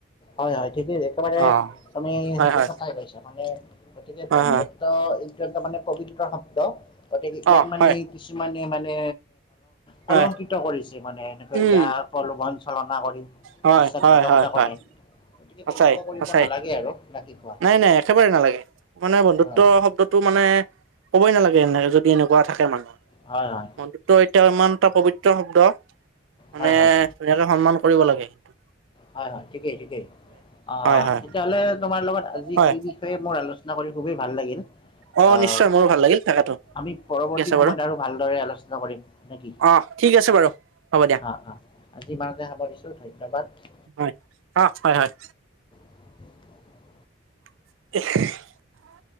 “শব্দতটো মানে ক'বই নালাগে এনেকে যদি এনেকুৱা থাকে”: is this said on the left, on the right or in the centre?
Right